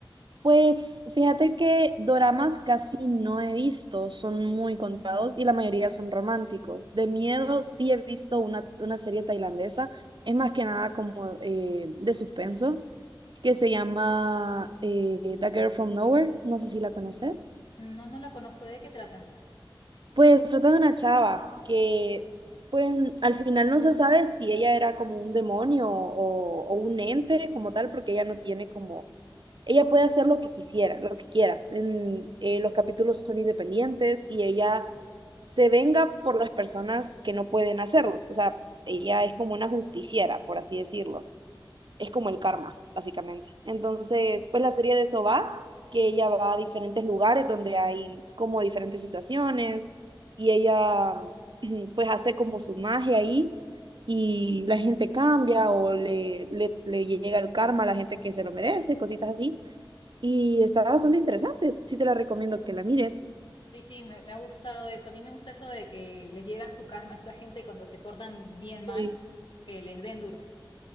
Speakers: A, on the right; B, on the left.
A: Pues fíjate que doramas casi no he visto, son muy contados y la mayoría son románticos. De miedo sí he visto una, una serie tailandesa, es más que nada como eh, de suspenso, que se llama eh, The Girl from Nowhere, no sé si la conoces.
B: No, no la conozco. ¿De qué trata?
A: Pues trata de una chava que pues al final no se sabe si ella era como un demonio o, o un ente como tal, porque ella no tiene como ella puede hacer lo que quisiera, lo que quiera. En, eh, los capítulos son independientes y ella se venga por las personas que no pueden hacerlo. O sea, ella es como una justiciera, por así decirlo. Es como el karma, básicamente. Entonces, pues la serie de eso va, que ella va a diferentes lugares donde hay como diferentes situaciones y ella <clears throat> pues hace como su magia ahí y la gente cambia o le, le, le llega el karma a la gente que se lo merece, cositas así y está bastante interesante. Sí te la recomiendo que la mires.
B: Sí, sí, me, me ha gustado eso. A mí me gusta eso de que les llega su karma a esta gente cuando se portan bien mal,
A: Sí.
B: que les den duro.